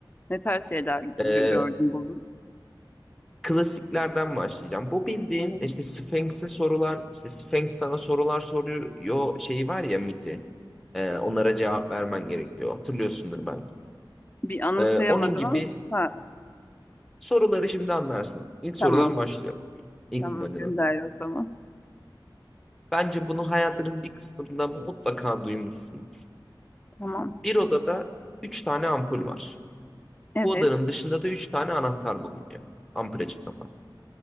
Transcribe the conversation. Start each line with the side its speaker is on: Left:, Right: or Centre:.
Left: Ne tarz şeyler gö-
Centre: Ee,
Left: gördün buldun?
Centre: Klasiklerden başlayacağım. Bu bildiğin
Left: Hı hı.
Centre: işte Sphinx'e sorular, işte Sphinx sana sorular soruyor şeyi var ya miti. Ee, onlara cevap vermen gerekiyor. Hatırlıyorsundur belki.
Left: Bir anımsayamadım
Centre: Ee, onun gibi
Left: ama ha,
Centre: soruları şimdi anlarsın. İlk sorudan
Left: tamam.
Centre: başlıyorum. İlk
Left: Tamam
Centre: manina.
Left: gönder o zaman.
Centre: Bence bunu hayatının bir kısmında mutlaka duymuşsundur.
Left: Tamam.
Centre: Bir odada üç tane ampul var.
Left: Evet.
Centre: Bu odanın dışında da üç tane anahtar bulunuyor. Ampule çift kapan.